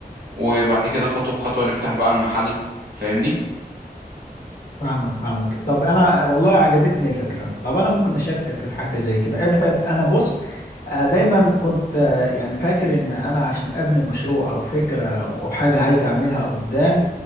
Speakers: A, on the right; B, on the left.
A: وبعد كده خطوه بخطوه نفتح بقى المحل فاهمني
B: فاهمك فاهمك طب انا والله عجبتني الفكرة طب انا ممكن اشاركك في حاجة زي كده ابعد انا بص آه، دايما كنت آه، يعني فاكر ان انا عشان ابني مشروع او فكرة او حاجة عايز اعملها قدام